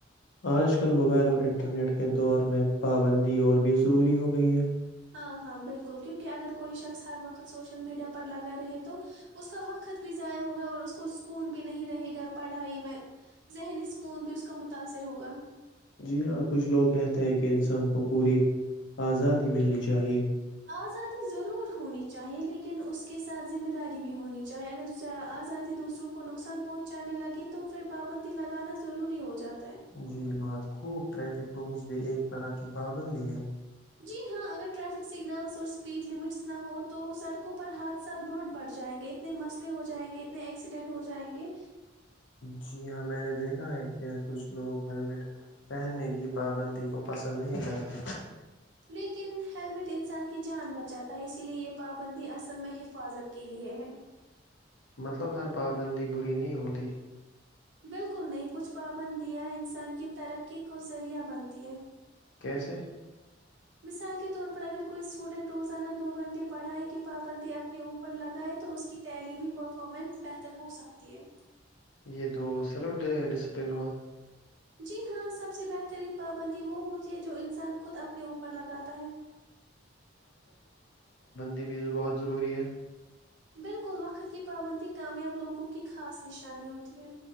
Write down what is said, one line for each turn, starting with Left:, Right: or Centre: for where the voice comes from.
Left: آج کل موبائل اور انٹرنیٹ کے دور میں پابندی اور بھی ضروری ہو گئی ہے
Right: ہاں ہاں بالکل کیوںکہ اگر کوئی شخص ہر وقت سوشل میڈیا پر لگا رہے تو اس کا وقت بھی ضائع ہوگا اور اس کو سکون بھی نہیں رہے گا پڑھائی میں ذہنی سکون بھی اس کا متاثر ہوگا
Left: جی ہاں کچھ لوگ کہتے ہیں کہ انسان کو پوری آزادی ملنی چاہیے
Right: آزادی ضرور ہونی چاہیے لیکن اس کے ساتھ ذمہ داری بھی ہونی چاہیے اگر آزادی دوسروں کو نقصان پہنچانے لگی تو پھر پابندی لگانا ضروری ہو جاتا ہے
Left: جی بات خوب ٹریفک رومس بھی ایک طرح کی پابندی ہے
Right: جی ہاں اگر ٹریفک سگنلس اور اسپیڈ لمٹس نہ ہو تو سڑکوں پر حادثات بہت بڑھ جائیں گے اتنے مسئلے ہو جائیں گے اتنے ایکسیڈینٹ ہو جائیں گے
Left: جی ہاں میں نے دیکھا ہے کہ کچھ لوگ ہیلمٹ پہننے کی پابندی کو پسند نہیں کرتے
Right: لیکن ہیلمٹ انسان کی جان بچاتا ہے اسی لیے یہ پابندی اصل میں حفاظت کے لیے ہے
Left: مطلب ہر پابندی بری نہیں ہوتی
Right: بالکل نہیں کچھ پابندیاں انسان کی ترقی کو ذریعہ بنتی ہے
Left: کیسے
Right: مثال کے طور پر اگر کوئی اسٹوڈنٹ روزانہ دو گھنٹے پڑھائی کی پابندی اپنے اوپر لگائے تو اس کی تعلیمی پرفارمنس بہتر ہوسکتی ہے
Left: یہ تو سیلف ڈسپلین ہوا
Right: جی ہاں سب سے بہترین پابندی وہ ہوتی ہے جو انسان کو خود اپنے اوپر لگاتا ہے
Left: بیو بہت ضروری ہے
Right: بالکل وقت کی پابندی کامیاب لوگوں کی خاص نشانی ہوتی ہے